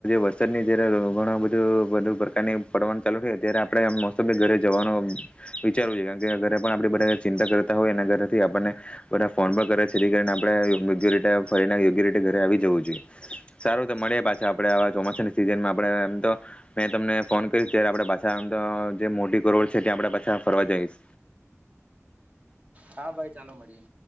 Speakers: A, on the left; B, on the right.
A: વરસાદની જયારે ઘણું બધું પ્રકારની પડવાનું ચાલુ થાય ત્યારે આપણે ઘરે જવાનો વિચારવું જોઇએ કારણ ઘરે પણ આપણી પણ બધા ચિંતા કરતા હોય એના ઘરેથી આપણને બધા ફોન પણ કરિને કરીને આપડે ફરીને યોગ્યા રીતે ઘરે આવી જવું જોઈએ સારું તો મળીએ પાછા આપડે ચોમાસાની સિઝનમાં આપડે તો મેં તમને ફોન કરીશ ત્યારે આપડે પાછા જે મોટી કરોડ છે ત્યાં આપડે અહ ફરવા જઈશ
B: હા ભાઈ ચાલો મળીએ